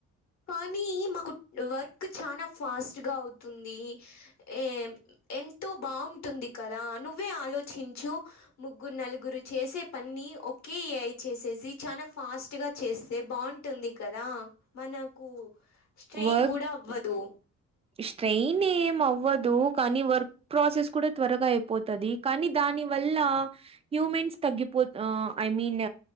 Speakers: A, on the left; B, on the right.
A: కానీ మాకు వర్క్ చానా ఫాస్ట్గ అవుతుంది ఏ ఎంతో బాగుంటుంది కదా నువ్వే ఆలోచించు ముగ్గురు నలుగురు చేసే పన్ని ఒకే ఏ ఐ చేసేసి చానా ఫాస్ట్ గా చేస్తే బావుంట్ టున్ది కదా మనకు స్ట్రెయిన్
B: వర్క్
A: కూడ అవ్వదు
B: స్ట్రెయిన్ ఏం అవ్వదు కనీ వర్క్ ప్రాసెస్ కూడ త్వరగా అయిపోతది కనీ దాని వల్ల హ్యూమన్స్ తగ్గిపోత్ ఆ ఐ మీన్